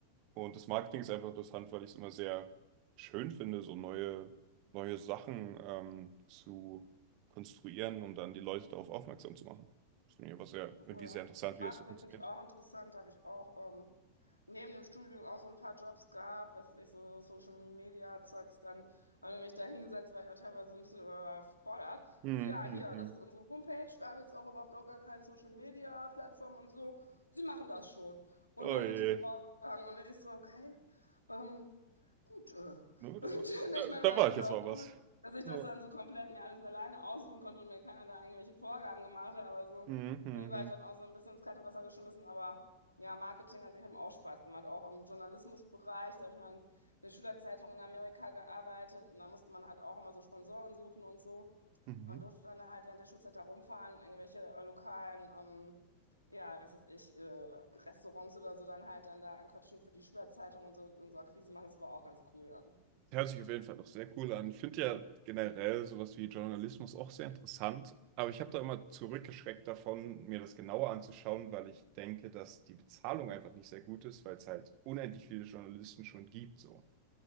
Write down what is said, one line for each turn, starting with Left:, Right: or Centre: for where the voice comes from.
Right: Und das Marketing ist einfach interessant, weil ich es immer sehr schön finde, so neue, neue Sachen ähm, zu konstruieren, um dann die Leute darauf aufmerksam zu machen. Das finde ich aber sehr,
Left: Ach
Right: irgendwie
Left: so, ja.
Right: sehr interessant,
Left: Marketing
Right: wie das so funktioniert.
Left: finde ich auch interessant. Habe ich auch ähm, neben dem Studium auch so ein paar Jobs gehabt, was weiß ich, so Social Media Zeugs. Dann habe ich mich da hingesetzt, war ich auch teilweise so ein bisschen überfordert.
Right: Hm,
Left: Und so, ja,
Right: hm,
Left: hier,
Right: hm.
Left: das ist unsere Homepage. Wir haben jetzt auch überhaupt noch gar keine Social Media Plattform und so. Sie machen das schon. Und
Right: Oh
Left: dann
Right: je.
Left: sind die so rausgegangen und ich so, okay, ähm, gut. Äh.
Right: Da,
Left: <laughs> Und
Right: da,
Left: ich meine,
Right: da
Left: war
Right: war
Left: irgendwie
Right: ich jetzt
Left: auch
Right: mal was.
Left: cool. Dass ich das
Right: Ja.
Left: dann so komplett mir alles alleine aussuchen konnte und mir keiner da irgendwelche Vorgaben gemacht hat, aber so
Right: Hm, hm,
Left: irgendwie war
Right: hm.
Left: ich dann auch so ein bisschen ins kalte Wasser geschmissen, aber ja, Marketing an sich hat mir auch Spaß gemacht, auch im Journalismusbereich. Da habe ich mal in der Schülerzeitung in Amerika gearbeitet und da musste man halt auch immer so Sponsoren suchen und so
Right: Mhm.
Left: und durfte dann halt während der Schulzeit da rumfahren, irgendwelche äh, lokalen, ähm, ja, was weiß ich, äh, Restaurants oder so dann halt dann da anquatschen für die Schülerzeitung und so, und so Akquise machen. Das war auch ganz cool. Ja,
Right: Hört sich auf jeden Fall doch sehr cool an. Ich finde ja generell sowas wie Journalismus auch sehr interessant, aber ich habe da immer zurückgeschreckt davon, mir das genauer anzuschauen, weil ich denke, dass die Bezahlung einfach nicht sehr gut ist, weil es halt unendlich viele Journalisten schon gibt, so.